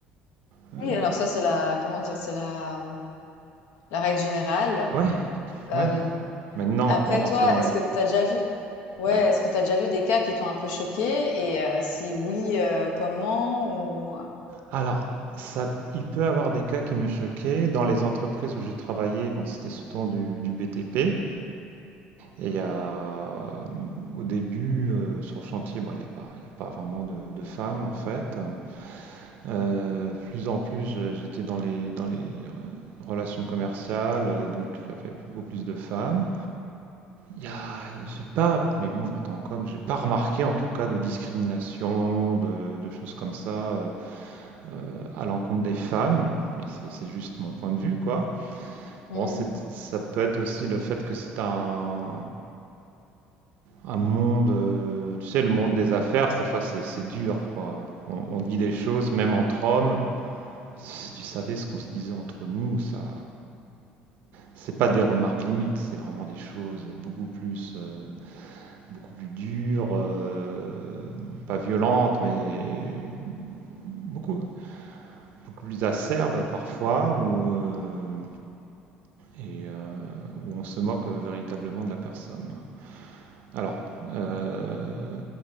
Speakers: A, on the right; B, on the left.
A: Heu,
B: Oui, alors ça, c'est la, comment dire, c'est la, la règle générale.
A: ouais,
B: Euh,
A: ouais. Maintenant,
B: après,
A: bon, rentrer
B: toi,
A: dans
B: est-ce
A: les
B: que tu as déjà vu Ouais,
A: ouais.
B: est-ce que tu as déjà vu des cas qui t'ont un peu choqué? Et heu, si oui, heu, comment ou heu?
A: Alors, ça il peut avoir des cas qui me choquaient. Dans les entreprises où j'ai travaillé, bon, c'était surtout du du BTP et il y a, mmh, au début, heu, sur le chantier, bon, il y a pas il y a pas vraiment de de femmes, en fait. Euh, plus en plus, je- j'étais dans les, dans les euh, relations commerciales, euh, donc il y avait beaucoup plus de femmes. Il y a, j'ai pas, mais bon, en tant qu'homme, j'ai pas remarqué en tout cas de discrimination, de, de choses comme ça euh, euh, à l'encontre des femmes. Mais c'est c'est juste mon point de vue, quoi.
B: Mmh
A: Bon, c'est- ça peut être aussi le fait que c'est un, un monde, euh, tu sais, le monde des affaires, des fois c'est c'est dur, quoi. On, on dit des choses, même entre hommes, Si tu savais ce qu'on se disait entre nous, ça, c'est pas des remarques limites, c'est vraiment des choses beaucoup plus, euh, beaucoup plus dures, euh, pas violentes, mais beaucoup, beaucoup plus acerbes parfois, où, euh, et, euh, où on se moque véritablement de la personne. ouais. Alors, euh,